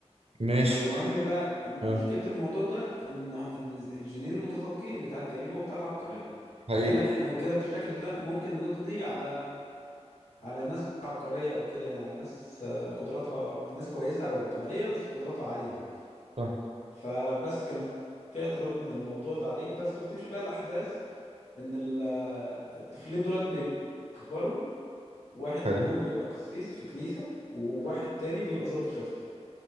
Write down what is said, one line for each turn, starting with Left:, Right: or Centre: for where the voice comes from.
Right: ماشي
Left: فالمهم بقى مشكلة
Right: اه
Left: الموضوع ده ان ان الجينين متطابقين بتاع الجريمة وبتاع العبقرية
Right: حقيقي
Left: فقال لك احنا كده بالشكل ده ممكن نقضي على على ناس عبقرية او كده يعني على ناس آه، قدراتها ناس كويسة وطبيعية بس قدراتها عالية يعني.
Right: صح
Left: فبس كان في اعتراض من الموضوع ده عليه بس وبتمشي بقى الأحداث إن ال- الطفلين دولت بيكبروا واحد منهم
Right: حلو
Left: بيبقى قسيس في كنيسة وواحد تاني بيبقى ضابط شرطة